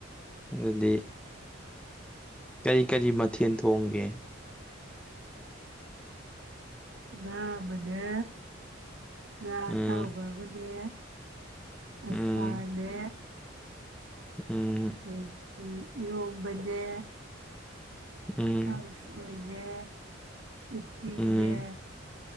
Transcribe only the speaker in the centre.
ꯑꯗꯨꯗꯤ ꯀꯔꯤ ꯀꯔꯤ ꯃꯊꯦꯜ ꯊꯣꯡꯒꯦ
ꯎꯝ
ꯎꯝ
ꯎꯝ
ꯎꯝ
ꯎꯝ